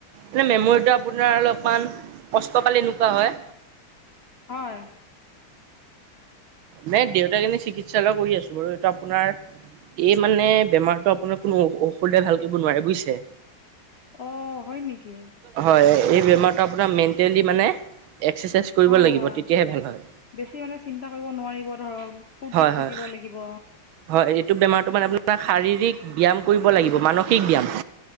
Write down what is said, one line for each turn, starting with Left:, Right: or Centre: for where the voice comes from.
Right: যে মেমৰিটো আপোনাৰ অলপমান কষ্ট পালে এনেকুৱা হয়।
Left: হয়।
Right: নে দেউতাৰ এনে চিকিৎসালয় কৰি আছোঁ বাৰু এইটো আপোনাৰ এ মানে বেমাৰতো আপোনাৰ কোনো ঔষোধে ভাল কৰিব নোৱাৰে বুইছে?
Left: অ, হয় নেকি?
Right: হয় এই বেমাৰটো আপোনাৰ মেন্টেলি মানে একচেচাইজ কৰিব
Left: হয়
Right: লাগিব
Left: হয়
Right: তেতিয়াহে ভাল হয়।।
Left: বেছি মানে চিন্তা কৰিব নোৱাৰিব ধৰক ফূৰ্তিত
Right: হয় হয়
Left: থাকিব লাগিব।
Right: হয় এইটো বেমাৰটো মানে আপোনাৰ শাৰীৰিক ব্যায়াম কৰিব লাগিব মানসিক ব্যায়াম।